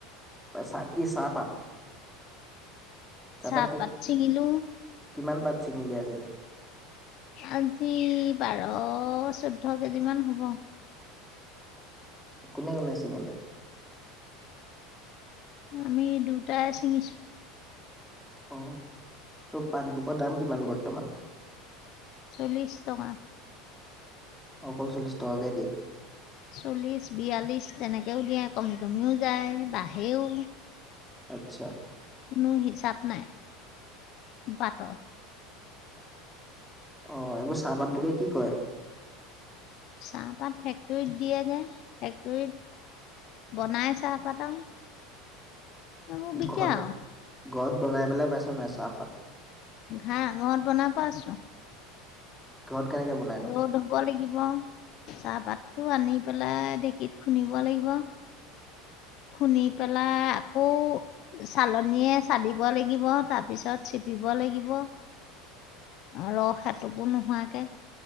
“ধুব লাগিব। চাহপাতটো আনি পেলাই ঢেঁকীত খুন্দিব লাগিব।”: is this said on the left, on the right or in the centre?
Left